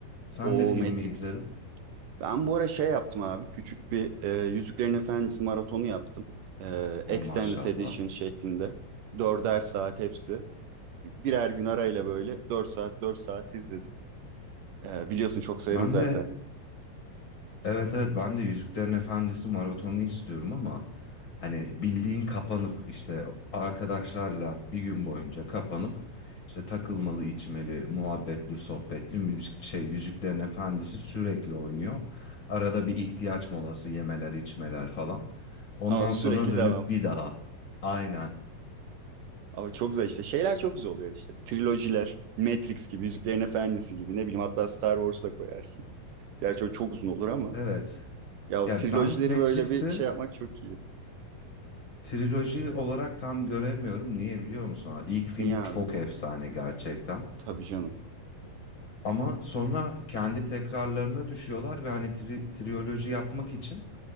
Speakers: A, on the left; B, on the right.
A: Sen
B: O
A: ne filmi
B: Matrix.
A: izledin?
B: Ben bu ara şey yaptım abi. Küçük bir e, Yüzüklerin Efendisi maratonu yaptım. E,
A: Oh
B: Extended
A: maşallah.
B: Edition şeklinde. Dörder saat hepsi. Birer gün arayla böyle 4 saat 4 saat izledim. Ee, biliyorsun çok severim
A: Ben
B: zaten.
A: de Evet evet ben de Yüzüklerin Efendisi maratonunu istiyorum ama hani bildiğin kapanıp işte arkadaşlarla bir gün boyunca kapanıp işte takılmalı, içmeli, muhabbetli, sohbetli müzik şey Yüzüklerin Efendisi sürekli oynuyor. Arada bir ihtiyaç molası yemeler, içmeler falan. Ondan
B: Ama sürekli
A: sonra dönüp
B: devam.
A: bir daha. Aynen.
B: Ama çok güzel işte. Şeyler çok güzel oluyor işte. Trilojiler, Matrix gibi, Yüzüklerin Efendisi gibi. Ne bileyim hatta Star Wars da koyarsın. Gerçi o çok uzun olur ama.
A: Evet.
B: Ya o
A: Ya
B: trilojileri
A: ben Matrix'i
B: böyle bir şey yapmak çok iyi.
A: triloji olarak tam göremiyorum. Niye biliyor musun? İlk film
B: Niye abi?
A: çok efsane gerçekten.
B: Tabii canım.
A: Ama sonra kendi tekrarlarına düşüyorlar ve hani tri triyoloji yapmak için